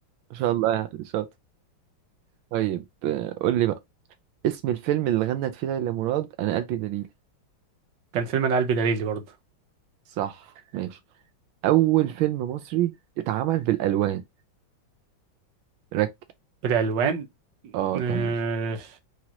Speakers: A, on the right; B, on the right.
A: ما شاء الله يعني شاطر طيب آه، قول لي بقى اسم الفيلم اللي غنت فيه ليلى مراد انا قلبي دليل
B: كان فيلم انا قلبي دليلي برضه
A: صح ماشي اول فيلم مصري اتعمل بالالوان رك
B: بالالوان
A: اه كان
B: آه